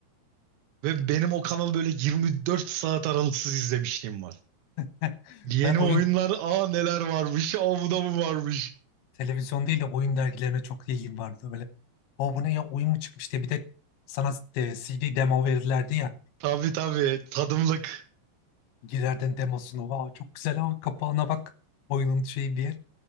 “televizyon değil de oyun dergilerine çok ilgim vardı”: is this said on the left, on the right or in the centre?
Left